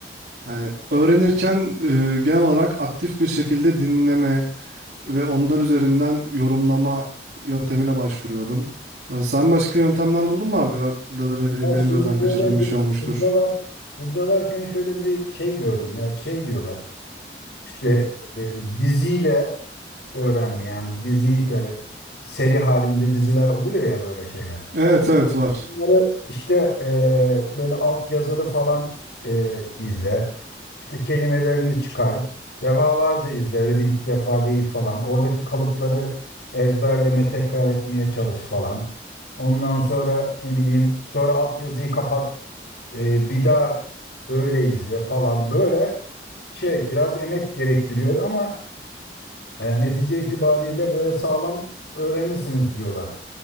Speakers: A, on the right; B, on the left.
A: Hani öğrenirken e, genel olarak aktif bir şekilde dinleme ve onlar üzerinden yorumlama yöntemine başvuruyordum. Ya Sen başka yöntemler buldun mu abi? Bak da ne bileyim
B: Ya
A: benim
B: şimdi
A: gözden
B: böyle
A: kaçırdığım
B: bu
A: bir şey olmuştur.
B: kurcalar, kurcalarken şöyle bir şey gördüm ya şey diyorlar. işte
A: Hı.
B: e, diziyle öğrenme. Yani diziyi böyle seri halinde diziler oluyor ya böyle şeyler.
A: Evet evet var.
B: Bunları işte e, böyle alt yazılı falan e, izle. İşte kelimelerini çıkar. Defalarca izle. Öyle bir iki defa değil falan. Oradaki kalıpları ezberleme, tekrar etmeye çalış falan. Ondan sonra ne bileyim sonra alt yazıyı kapat. e, bir daha öyle izle falan. Böyle şey biraz emek gerektiriyor ama e, netice itibariyle böyle sağlam öğrenirsiniz diyorlar.